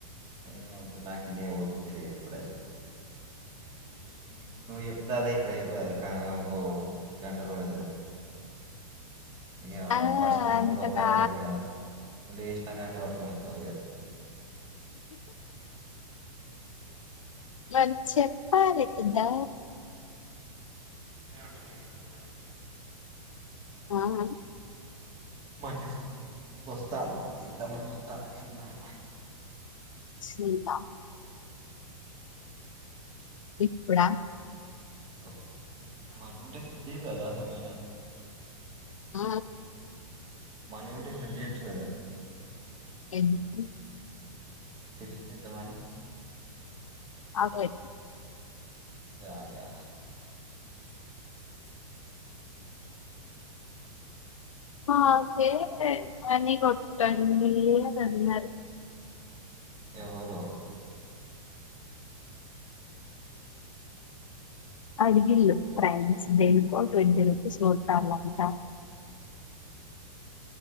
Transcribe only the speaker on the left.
ఆ
అంతగా
మరి చెప్పాలి కదా
ఆ అ
శీత ఇప్పుడ
ఆ
ఎందుకు
ఆకలై
అ ఓకే అన్నీ కొట్టండి అన్నారు
అడిగిల్లు ప్రైన్స్ దేనికో ట్వంటీ రూపీస్ కొట్టలాంట